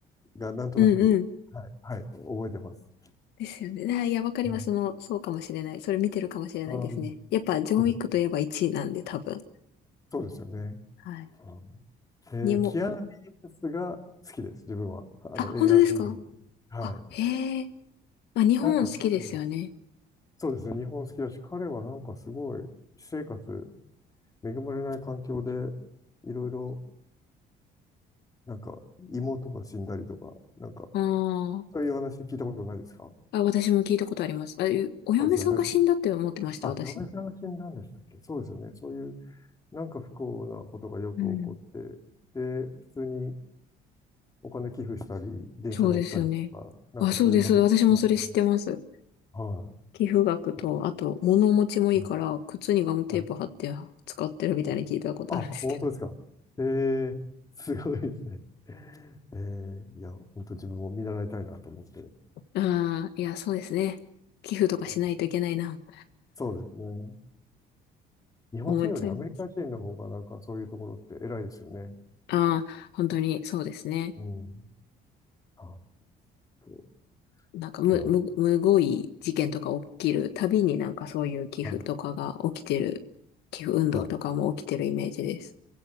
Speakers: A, on the left; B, on the left.
A: がなんとなく、
B: うんうん。
A: はい、はい、覚えてます。
B: ですよね。あーいや、わかります。
A: はい。
B: その、そうかもしれない。それ見てるかもしれないですね。
A: あー
B: やっぱ、ジョン・
A: そうです。
B: ウィックといえば1位なんで、多分。
A: そうですよね。
B: はい。
A: うん、えー、
B: にも、
A: キアラ・リーブスが好きです、自分は。あの、
B: あ、本当ですか
A: 映画というよりも。はい。
B: あ、へえ。まあ、日本好きですよね。
A: なんか彼は、そうですね、日本好きだし、彼はなんかすごい、私生活、恵まれない環境で、いろいろ、なんか、妹が死んだりとか、なんか、
B: あー
A: そういう話聞いたことないですか
B: あ、私も聞いたことあります。あ、えお嫁さんが死んだって思ってました、
A: そうですよね。あ、
B: 私。
A: 嫁さんが死んだんでしたっけそうですよね。そういうなんか不幸なことがよく起こっ
B: うん。
A: て、で、普通にお金寄付したり、電車乗ったりとか、
B: そうですよね。
A: なんかそういう話してますね。
B: あ、そうです。私もそれ知ってます。
A: は
B: 寄付額と、
A: い。
B: あと、物持ちもいいから、
A: は
B: 靴にガムテープ貼って使ってるみたいに聞いたことあるんですけ
A: いはいあ、本当ですか。えーすごいですね。えーいや、本当自分も見習いたいなと思って。
B: ど。ああ、いや、そうですね。寄付とかしないといけないな、
A: はい、そうですね。
B: <laughs>
A: 日本人よりアメリカ人の方がなんかそういうところって偉いですよね。
B: 思っちゃいます。ああ、本当にそうですね。
A: うん。あと、
B: なんか、む、
A: いや、
B: む、むごい事件とか起きるたびになんかそういう寄付とかが起きてる、
A: はい、
B: 寄付運動とかも起きてるイメージです。
A: はい。